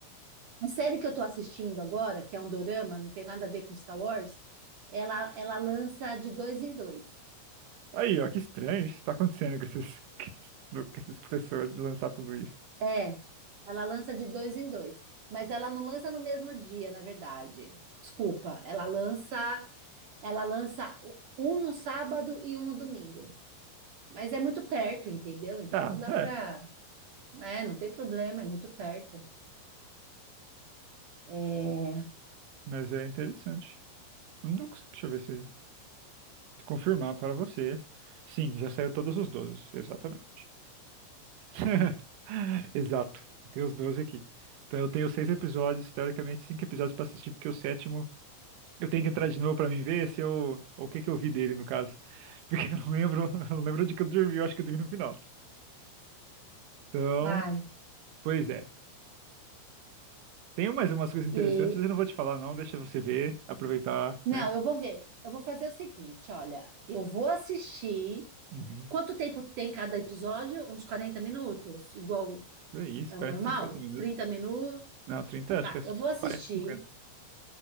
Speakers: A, on the right; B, on the right.
A: A série que eu tô assistindo agora, que é um dorama, não tem nada a ver com Star Wars, ela, ela lança de dois em dois.
B: Aí, ó, que estranho isso tá acontecendo com esses, <laughs> com essas pessoas de lançar tudo isso.
A: É. Ela lança de dois em dois, mas ela não lança no mesmo dia, na verdade. Desculpa, ela lança, ela lança um no sábado e um no domingo. Mas é muito perto, entendeu? Então
B: Ah,
A: dá
B: é,
A: para, é, não tem problema, é muito perto. É,
B: mas é interessante. Não tô cons- Deixa eu ver se se confirmar para você. Sim, já saiu todos os 12, exatamente. <laughs> Exato, eu tenho os doze aqui. Então eu tenho seis episódios, teoricamente cinco episódios para assistir, porque o sétimo eu tenho que entrar de novo para mim ver se eu, o que que eu vi dele no caso, <laughs> porque eu não lembro, <laughs> eu não lembro de que eu dormi, eu acho que eu dormi no final. Então,
A: ai,
B: pois é. Tem mais umas coisas interessantes,
A: e
B: mas eu não vou te falar, não. Deixa você ver, aproveitar,
A: não,
B: né?
A: eu vou ver. Eu vou fazer o seguinte, olha, eu vou assistir.
B: Uhum.
A: Quanto tempo tem cada episódio? Uns 40 minutos, igual
B: É isso,
A: é
B: quarenta
A: o normal?
B: cinquenta minutos.
A: 30 minutos.
B: Não, trinta. acho
A: Tá,
B: que é
A: eu vou assistir.
B: 40 50.